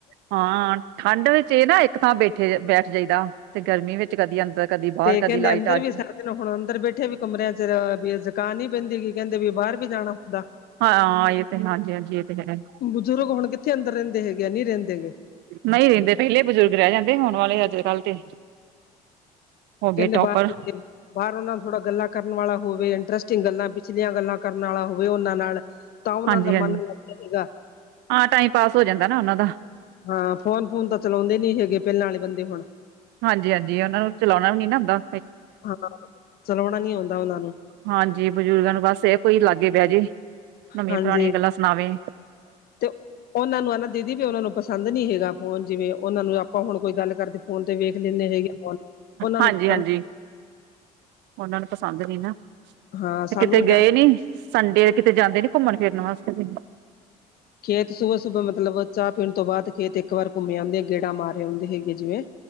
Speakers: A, on the right; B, on the left.
A: ਹਾਂ ਠੰਡ ਵਿੱਚ ਇਹ ਨਾ ਇੱਕ ਥਾਂ ਬੈਠੇ- ਬੈਠ ਜਾਈਦਾ। ਤੇ ਗਰਮੀ ਵਿੱਚ ਕਦੀ ਅੰਦਰ ਕਦੀ ਬਾਹਰ
B: ਤੇ ਕਹਿੰਦੇ
A: ਕਦੀ ਲਾਈਟ
B: ਅੰਦਰ
A: ਆ ਗਈ।
B: ਵੀ ਸਰਦੇ ਹੁਣ ਅੰਦਰ ਬੈਠੇ ਵੀ ਕਮਰਿਆਂ ਚ' ਵੀ ਜ਼ੁਕਾਨ ਹੀ ਬੈਂਦੀ ਹੈਗੀ। ਕਹਿੰਦੇ ਵੀ ਬਾਹਰ ਵੀ ਜਾਣਾ ਹੁੰਦਾ।
A: ਹਾਂ। ਇਹ ਤੇ ਹਾਂਜੀ- ਹਾਂਜੀ ਇਹ ਤੇ ਹੈ।
B: ਬਜ਼ੁਰਗ ਹੁਣ ਕਿੱਥੇ ਅੰਦਰ ਰਹਿੰਦੇ ਹੈਗੇ ਆ ਨਹੀਂ ਰਹਿੰਦੇ ਹੈਗੇ।
A: ਨਹੀਂ। ਰਹਿੰਦੇ ਪਹਿਲੇ ਬਜ਼ੁਰਗ ਰਹਿ ਜਾਂਦੇ ਹੋੁਣ ਵਾਲੇ ਅੱਜ- ਕੱਲ੍ਹ ਤੇ ਹੋ ਗਏ
B: ਕੇਹਦੇ
A: ਟੋਪਰ
B: ਬਾਹਰ ਕਿਥੇ? ਬਾਹਰ ਉਹਨਾਂ ਨੂੰ ਥੋੜ੍ਹਾ ਗੱਲਾਂ ਕਰਨ ਵਾਲਾ ਹੋਵੇ ਇੰਟਰਸਟਿੰਗ ਗੱਲਾਂ ਪਿਛਲੀਆਂ ਗੱਲਾਂ ਕਰਨ ਵਾਲਾ ਹੋਵੇ ਉਹਨਾਂ ਨਾਲ। ਤਾਂ
A: ਹਾਂਜੀ
B: ਉਹਨਾਂ ਦਾ ਮਨ
A: ਹਾਂਜੀ
B: ਲੱਗਦਾ ਹੈਗਾ।
A: ਹਾਂ। ਟਾਈਮ ਪਾਸ ਹੋ ਜਾਂਦਾ ਨਾ। ਉਹਨਾਂ ਦਾ
B: ਹਾਂ। ਫੋਨ -ਫੂਨ ਤਾਂ ਚਲਾਉਂਦੇ ਨੀ ਹੈਗੇ ਪਹਿਲਾਂ ਵਾਲੇ ਬੰਦੇ ਹੁਣ।
A: ਹਾਂਜੀ -ਹਾਂਜੀ ਉਹਨਾ ਨੂੰ ਚਲਾਉਣਾ ਵੀ ਨੀ ਨਾ ਆਉਦਾ।
B: ਹਾਂ। ਚਲਾਉਣਾ ਨੀ ਆਉਂਦਾ ਉਹਨਾਂ ਨੂੰ।
A: ਹਾਂਜੀ। ਬਜ਼ੁਰਗਾਂ ਨੂੰ ਬਸ ਇਹ ਕੋਈ ਲਾਗੇ ਬਹਿ ਜੇ। ਨਵੀਆਂ-
B: ਹਾਂਜੀ
A: ਪੁਰਾਣੀਆਂ ਗੱਲਾਂ ਸੁਣਾਵੇ।
B: ਤੇ ਉਹਨਾਂ ਨੂੰ ਹਨਾ ਦੀਦੀ ਵੀ ਉਹਨਾਂ ਨੂੰ ਪਸੰਦ ਨੀ ਹੈਗਾ। ਫੋਨ ਜਿਵੇਂ ਉਹਨਾਂ ਨੂੰ ਆਪਾਂ ਹੁਣ ਕੋਈ ਗੱਲ ਕਰਦੇ ਫੋਨ ਤੇ ਵੇਖ ਲੈਂਦੇ ਹੈਗੇ ਆ ਫੋਨ। ਉਹਨਾਂ
A: ਹਾਂਜੀ
B: ਨੂੰ ਪ
A: ਹਾਂਜੀ ਉਹਨਾਂ ਨੂੰ ਪਸੰਦ ਨੀ ਨਾ,
B: ਹਾਂ
A: ਤੇ
B: ਸਾਨੂੰ
A: ਕਿਤੇ ਗਏ
B: ਡਾਂਟਦੇ
A: ਨੀ? ਸੰਡੇ ਕਿਤੇ ਜਾਂਦੇ ਨੀ ਘੁੰਮਣ ਫਿਰਨ ਵਾਸਤੇ।
B: ਖੇਤ ਸੁਬਹਾ- ਸੁਬਹਾ ਮਤਲਬ ਚਾਹ ਪੀਣ ਤੋਂ ਬਾਅਦ ਖੇਤ ਇੱਕ ਵਾਰ ਘੁੰਮੇ ਆਦੇ ਗੇੜਾ ਮਾਰੇ ਆਉਂਦੇ ਹੈਗੇ ਜਿਵੇਂ